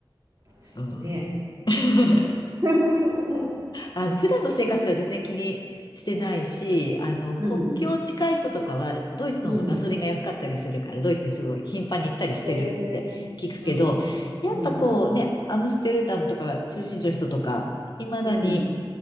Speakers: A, on the right; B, on the left.
A: すね。
B: うん。<laughs>
A: <laughs>
B: あの、普段の生活では全然気にしてないし、あの、
A: うん。
B: 国境近い人とかは、ドイツの方がガソリンが安かったりするから、
A: うん。
B: ドイツにすごい頻繁に行ったりしてるって聞くけど、
A: へえ。うん。
B: やっぱこうね、
A: うん。
B: アムステルダムとか中心地の人とか、未だに、
A: うん。